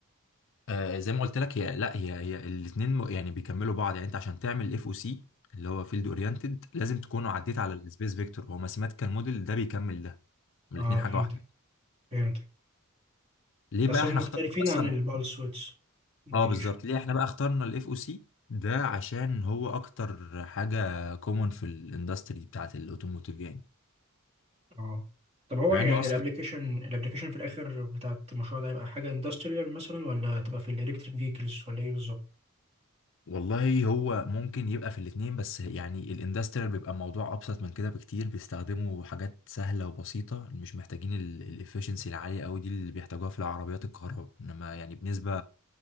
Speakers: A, on the left; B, on the right.
A: آه زي ما قلت لك هي لا هي هي الاثنين يعني بيكملوا بعض يعني انت عشان تعمل اف او سي اللي هو فيلد اورينتد لازم تكون عديت على السبيس فيكتور هو ماثيماتيكال موديل ده بيكمل ده الاثنين
B: اه
A: حاجه
B: فهمتك
A: واحده
B: فهمتك
A: ليه
B: بس
A: بقى
B: هم
A: احنا
B: مختلفين
A: اخترنا اصلا
B: عن البالس ويدز موديليشن
A: اه بالظبط ليه احنا بقى اخترنا الاف او سي ده عشان هو اكتر حاجه كومون في الاندستري بتاعت الاوتوموتيف يعني
B: اه طب هو
A: مع
B: يعني
A: انه اصلا
B: الابلكيشن الابلكيشن في الاخر بتاعت المشروع ده هيبقى حاجه اندستريال مثلا ولا هتبقى في الالكتريك فيكلز ولا ايه بالظبط
A: والله هو ممكن يبقى في الاتنين بس يعني الاندستريال بيبقى موضوع ابسط من كده بكتير بيستخدموا حاجات سهله وبسيطه مش محتاجين الافشنسي العاليه قوي دي اللي بيحتاجوها في العربيات الكهرباء انما يعني بنسبه